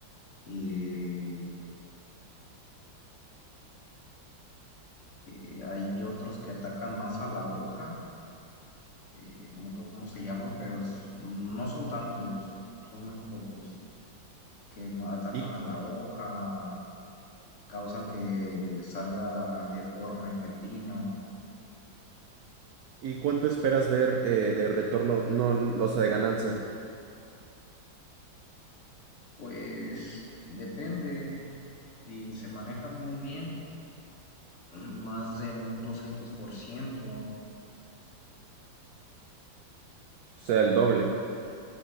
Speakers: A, on the left; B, on the right.
A: eh, eh, hay otros que atacan más a la hoja eh, no me acuerdo cómo se llaman, pero s- no son tantos, son muy pocos, que ma- atacan
B: ¿Y,
A: a la hoja o causan que salga deforme el pepino.
B: y cuánto esperas ver eh, de retorno, no, no, o sea, de ganancia?
A: Pues depende, si se maneja muy bien, más de un doscientos por ciento
B: O sea, el doble.